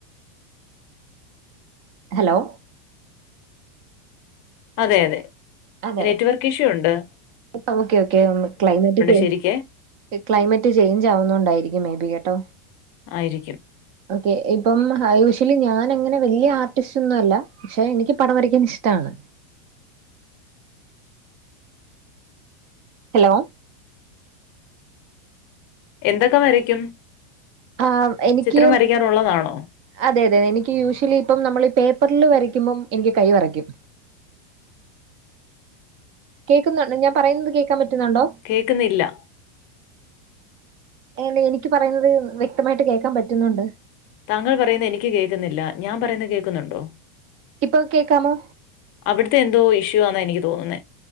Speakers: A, on the right; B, on the left.
A: ഹലോ?
B: അതെയതെ.
A: അതെ.
B: നെറ്റ് വർക്ക് ഇഷ്യൂണ്ട്.
A: ഓക്കെ ഓക്കെ ക്ലൈമറ്റ്ക്കെ.
B: ശരിക്കേ.
A: ക്ലൈമറ്റ് ചേഞ്ച് ആവുന്നണ്ടായിരിക്കും മേബി കേട്ടോ.
B: ആയിരിക്കും.
A: ഓക്കെ ഇപ്പം ഹയൂഷ്വലി ഞാൻ അങ്ങനെ വലിയ ആർട്ടിസ്റ്റൊന്നു അല്ല. പക്ഷെ എനിക്ക് പടം വരയ്ക്കാനിഷ്ടണ്. ഹലോ.
B: എന്തൊക്കെ വരയ്ക്കും?
A: ആഹ് എനിക്.
B: ചിത്രം വരയ്ക്കാറുള്ളതാണോ?
A: അതെ അതെ എനിക്ക് യൂഷ്വലി ഇപ്പം നമ്മൾ ഈ പേപ്പറിൽ വരയ്ക്കുമ്പം എനിക്ക് കൈ വിറയ്ക്കും. കേൾക്കുന്നുണ്ട് ഞാൻ പറയുന്നത് കേൾക്കാൻ പറ്റുന്നുണ്ടോ.
B: കേൾക്കുന്നില്ല.
A: അണോ എനിക്ക് പറയുന്നത് വ്യക്തമായിട്ട് കേൾക്കാൻ പറ്റുന്നുണ്ട്.
B: താങ്കൾ പറയുന്ന എനിക്ക് കേൾക്കുന്നില്ല ഞാൻ പറയുന്ന കേൾക്കുന്നുണ്ടോ.
A: ഇപ്പൊ കേക്കാമോ.
B: അവിടുത്തെ എന്തോ ഇഷ്യൂ ആന്നാ എനിക്ക് തോന്നുന്നെ.